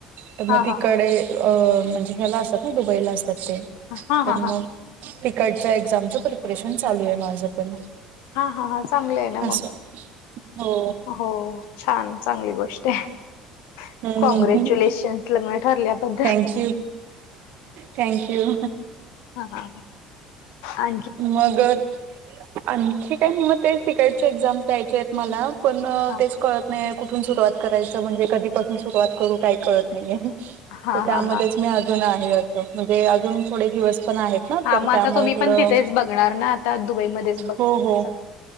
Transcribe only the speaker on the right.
तर मग
तिकडे अ म्हणजे ह्याला असतात ना दुबईला असतात ते
तर मग तिकडच्या एक्झामचं प्रिपरेशन चालू आहे माझं पण
असं
हो
हम्म
थँक यू थँक यू
मग आणखी काय म म ते तिकडचे एक्झाम्स द्यायच्या आहेत मला पण
तेच कळत नाही कुठून सुरुवात करायचं म्हणजे कधीपासून सुरुवात करू काही कळत नाहीय
तर त्यामध्येच
मी अजून आहे म्हणजे अजून थोडे दिवस पण आहेत ना
तर
त्यामुळे
थोडं
हो हो